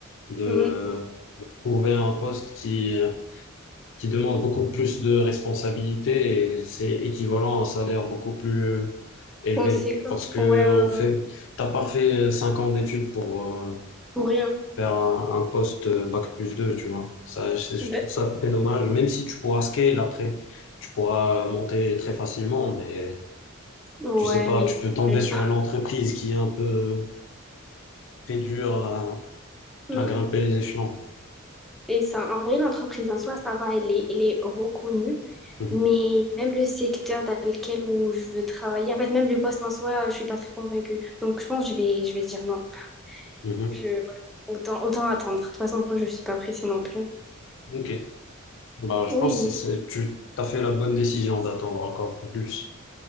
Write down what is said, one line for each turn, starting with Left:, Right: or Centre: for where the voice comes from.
Left: de euh,
Centre: mm,
Left: trouver un poste qui euh, qui demande beaucoup plus de responsabilités et c'est équivalent à un salaire beaucoup plus euh, élevé
Centre: conséquent.
Left: parce que
Centre: Ouais, ouais,
Left: on
Centre: ouais,
Left: fait, t'as pas fait euh, cinq ans d'études pour euh,
Centre: pour rien.
Left: faire un, un poste euh, bac plus 2 tu vois. Ça, je, je
Centre: Ben,
Left: trouve ça très dommage, même si tu pourras scale après, tu pourras monter très facilement, mais
Centre: ouais,
Left: tu sais pas,
Centre: mais
Left: tu peux tomber
Centre: je sais pas.
Left: sur une entreprise qui est un peu très dure à,
Centre: Mm.
Left: à grimper les échelons.
Centre: C'est ça. En vrai, l'entreprise en soi, ça va, elle est, elle est reconnue.
Left: Mhm.
Centre: Mais même le secteur dans lequel où je veux travailler, en fait, même le poste en soi, je suis pas très convaincue. Donc, je pense que je vais, je vais dire non.
Left: Mhm.
Centre: Je, ouais, autant, autant attendre. De toute façon, je suis pas pressée non plus.
Left: Ok. Bah, je
Centre: Oui,
Left: pense
Centre: oui.
Left: que c'est, tu as fait la bonne décision d'attendre encore un peu plus.